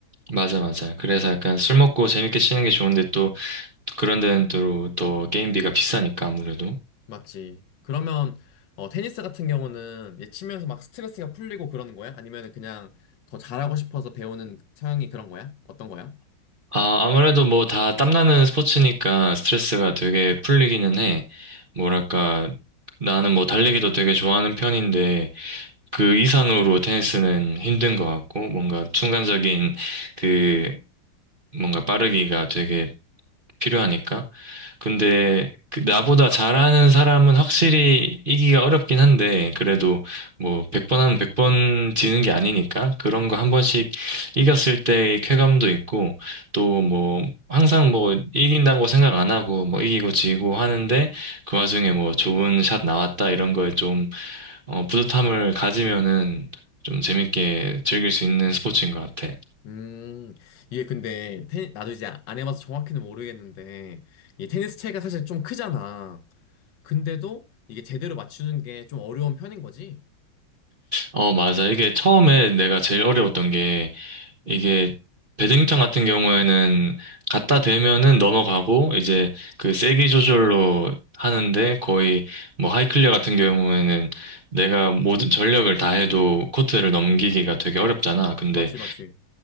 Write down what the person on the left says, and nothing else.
맞지. 그러면 어, 테니스 같은 경우는 이제 치면서 막 스트레스가 풀리고 그러는 거야? 아니면 그냥 더 잘하고 싶어서 배우는 성향이 그런 거야? 어떤 거야?
음, 이게 근데 테 나도 이제 안 해봐서 정확히는 모르겠는데 이 테니스 채가 사실 좀 크잖아. 근데도 이게 제대로 맞추는 게 좀 어려운 편인 거지?
맞지, 맞지.